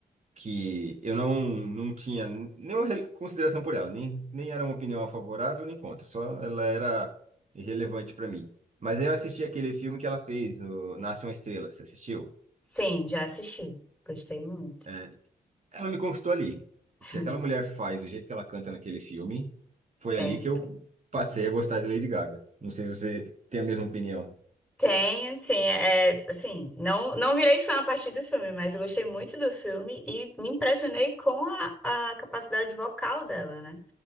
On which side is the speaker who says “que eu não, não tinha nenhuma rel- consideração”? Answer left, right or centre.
Right